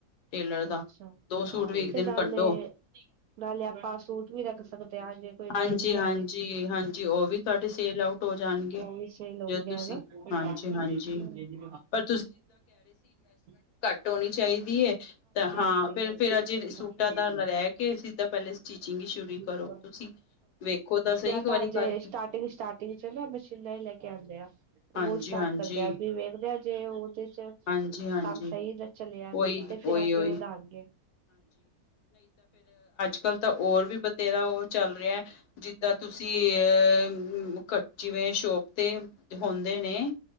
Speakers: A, on the left; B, on the right.
A: ਟੇਲਰ
B: ਅੱਛਾ,
A: ਦਾ ਦੋ ਸੂਟ ਵੀ ਇੱਕ
B: ਤੇ
A: ਦਿਨ
B: ਨਾਲੇ-ਨਾਲੇ
A: ਕੱਢੋ
B: ਆਪਾਂ ਸੂਟ ਵੀ ਰੱਖ ਸਕਦੇ ਆ ਹਜੇ ਕੋਈ
A: ਹਾਂਜੀ
B: ਲੈਣ ਵੀ
A: ਹਾਂਜੀ
B: ਆਵੇ,
A: ਹਾਂਜੀ ਉਹ ਵੀ ਤੁਹਾਡੇ ਸੇਲ ਆਊਟ ਹੋ ਜਾਣਗੇ
B: ਉਹ ਵੀ ਸੇਲ ਹੋਂਦਾ
A: ਜੇ ਤੁਸੀਂ
B: ਹੈਗਾ। ਬੇਚ
A: ਹਾਂਜੀ ਹਾਂਜੀ ਪਰ
B: <unintelligible>
A: ਟਾਉਣੀ ਚਾਹੀਦੀ ਐ, ਤਾਂ ਹਾਂ-----ਫਿਰ
B: ਹਾਂਜੀ।
A: ਫੇਰ ਅਜੇ ਸੂਟਾਂ ਦਾ ਰਹਿ ਕੇ ਸਿੱਧਾ ਪਹਿਲੇ ਸਟਿਚਿੰਗ ਹੀ ਸ਼ੁਰੂ
B: ਅੱਛਾ,
A: ਕਰੋ ਤੁਸੀਂ ਵੇਖੋ ਸਹੀ
B: ਯਾਂ
A: ਇੱਕ
B: ਤਾਂ
A: ਵਾਰੀ
B: ਹਜੇ
A: ਕਰਕੇ
B: ਸਟਾਰਟਿੰਗ ਸਟਾਰ ਤੁਸੀਂ ਚਲੋ ਮਸ਼ੀਨਾ ਹੀ ਲੈ ਕੇ ਆਉਂਦੇ ਆ। ਉਹ
A: ਹਾਂਜੀ
B: ਸਟਾਰਟ
A: ਹਾਂਜੀ
B: ਕਰਦੇਆਂ, ਫਿਰ ਵੇਖਦੇਆਂ ਜੇ ਉਹਦੇ ਚ
A: ਹਾਂਜੀ ਹਾਂਜੀ
B: ਕੰਮ ਸਹੀ ਚੱਲਿਆ।
A: ਉਹੀ
B: ਤੇ ਫਿਰ
A: ਉਹੀ
B: ਅੱਗੇ
A: ਉਹੀ
B: ਵਧਾਉਣਗੇ।
A: ਅਰੇ, ਤਾਂ ਵੀ ਬਥੇਰਾ ਓ ਚੱਲ ਰਿਹਾ ਏ। ਜਿੱਦਾਂ ਤੁਸੀਂ ਆ ਕ, ਜਿਵੇਂ ਸ਼ੋਪ ਤੇ ਹੁੰਦੇ ਨੇ।